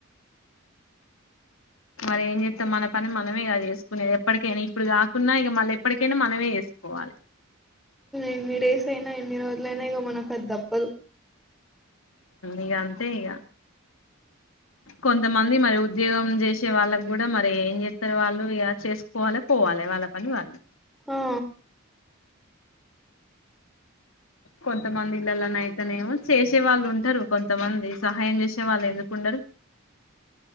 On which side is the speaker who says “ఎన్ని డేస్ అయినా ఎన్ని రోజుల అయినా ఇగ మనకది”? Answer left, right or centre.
Centre